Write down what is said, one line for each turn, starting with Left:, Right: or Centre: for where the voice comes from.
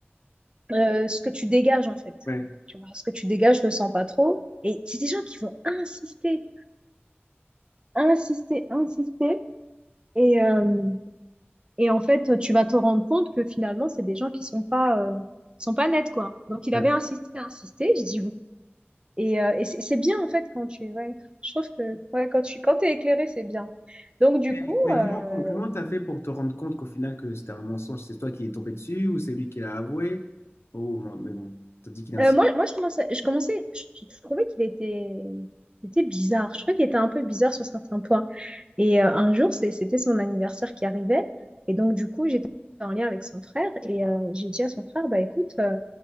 Right: euh, ce que tu dégages en fait.
Left: ouais,
Right: Tu vois, ce que tu dégages, je le sens pas trop. Et c'est des gens qui vont insister, insister, insister. Et, euh, et en fait, tu vas te rendre compte que finalement, c'est des gens qui sont pas, euh, sont pas nets, quoi. Donc, il
Left: ouais.
Right: avait insisté, insisté. Je dis oui. Et, euh, et c'est c'est bien, en fait, quand tu, ouais, je trouve que, ouais, quand tu, quand t'es éclairé, c'est bien. Donc, du
Left: Mais,
Right: coup,
Left: mais
Right: euh,
Left: comment, comment, comment t'as fait pour te rendre compte qu'au final que c'était un mensonge? C'est toi qui est tombé dessus ou c'est lui qui l'a avoué? Oh, moi, mais bon, t'as dit qu'il a insisté.
Right: euh, moi, moi, je commençais, je commençais, je, je trouvais qu'il était, il était bizarre. Je trouvais qu'il était un peu bizarre sur certains points. Et euh, un jour, c'est- c'était son anniversaire qui arrivait. Et donc, du coup, j'étais en lien avec son frère et euh, j'ai dit à son frère, bah écoute, euh,